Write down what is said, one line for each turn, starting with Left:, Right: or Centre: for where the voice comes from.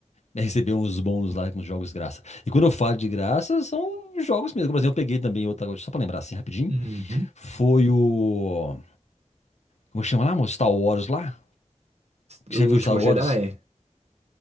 Left: receber uns bônus lá com jogos de graça. E quando eu falo de graça, são jogos mesmo. Por exemplo, eu peguei também outra, só pra lembrar assim rapidinho.
Right: Uhum.
Left: Foi o. Como chama lá, amor? Star Wars lá? Que
Right: O
Left: você viu
Right: último
Left: Star Wars?
Right: Jedi?